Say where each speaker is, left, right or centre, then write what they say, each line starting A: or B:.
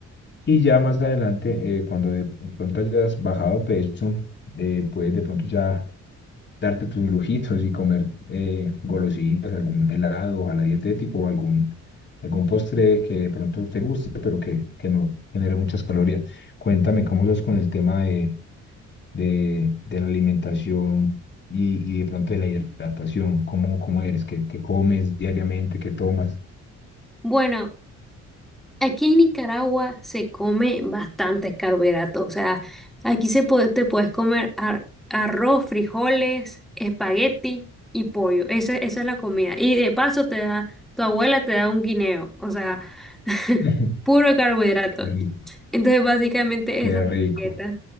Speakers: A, on the left (about 35°); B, in the centre.
A: Y ya más adelante, eh, cuando de pronto hayas bajado peso, eh, puedes de pronto ya darte tus lujitos y comer eh, golosinas, algún helado, ojalá dietético o algún, algún postre que de pronto te guste, pero que, que no genere muchas calorías. Cuéntame cómo sos con el tema de, de, de la alimentación y, y de pronto de la hidratación, cómo, cómo eres, qué, qué comes diariamente, qué tomas.
B: bueno, Aquí en Nicaragua se come bastantes carbohidratos, o sea, aquí se puede, te puedes comer ar- arroz, frijoles, espagueti y pollo. Esa, esa es la comida. Y de paso te da, tu abuela te da un guineo, o sea, <laughs>
A: <laughs>
B: puro carbohidrato.
A: Qué rico,
B: Entonces, básicamente
A: qué
B: esa es
A: rico,
B: la dieta.